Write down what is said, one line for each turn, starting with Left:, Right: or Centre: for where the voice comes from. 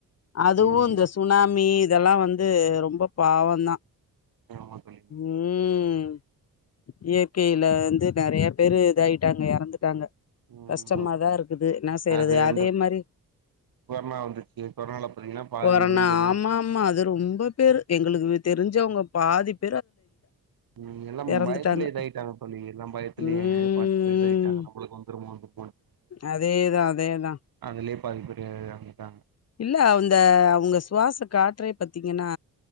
Left: அதுவு
Right: ம்
Left: இந்த சுனாமி இதெல்லா வந்து ரொம்ப பாவந்தா
Right: ஆமா தோழி
Left: ம் இயற்கையில வந்து நெறய பேரு இதாயிட்டாங்க எறந்துட்டாங்க
Right: ம்
Left: கஷ்டமாதா இருக்குது என்ன செய்யுறது
Right: அது
Left: அதே
Right: இந்த
Left: மாரி
Right: கொரோனா வந்துச்சு கொரோனால பாத்தீங்கன்னா பாதி
Left: கொரனா
Right: உயிர் எல்லா
Left: ஆமா ஆமா அது ரொம்ப பேரு எங்களுக்கு தெரிஞ்சவுங்க பாதிப்
Right: உம் எல்லா
Left: எறந்துட்டாங்க
Right: பயத்துலேயே இதாயிட்டாங்க தோழி எல்லா பயத்துலயே
Left: ம்
Right: பாத்து இதாயிட்டாங்க நம்மளுக்கு வந்துறுமோனு
Left: அதேதா அதேதா
Right: அதுலே பாதிப்பேரு எறந்துட்டாங்க
Left: இல்ல அந்த அவுங்க சுவாச காற்றே பத்தீங்கன்னா